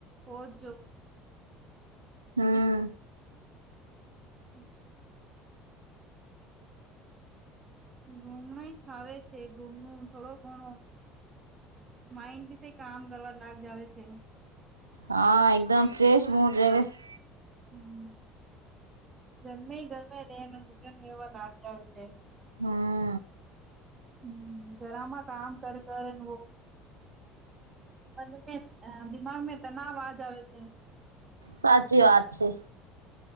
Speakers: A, on the right; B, on the right.
A: હોચજો.
B: હા.
A: હમ્મ. ગુમડાઈ જવે છે ગુમનું થોડો ઘણો માઇન્ડ બી સે કામ કરવા લાગ જવે છે.
B: હા એકદમ ફ્રેશ મૂડ રાહવેશ
A: હમ્મ ગરમે ગરમે લે ને ઘૂટન એવો લાગ આવે છે.
B: હા.
A: હમ્મ ઘરામાં કામ કર કર <unintelligible> <unintelligible> આ દિમાગમાં તનાવ આ જવે છે.
B: સાચી વાત છે.